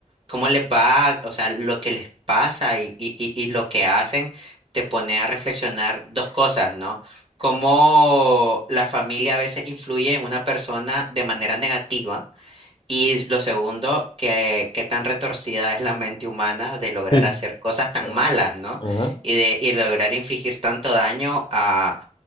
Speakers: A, on the right (about 45°); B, on the left (about 35°).
A: cómo les va, o sea, lo que les pasa y, y, y y lo que hacen, te pone a reflexionar dos cosas, ¿no? Cómo la familia a veces influye en una persona de manera negativa y lo segundo, que qué tan retorcida es la mente humana de lograr
B: sí,
A: hacer cosas tan
B: ah,
A: malas, ¿no?
B: ajá,
A: Y de y lograr infligir tanto daño a,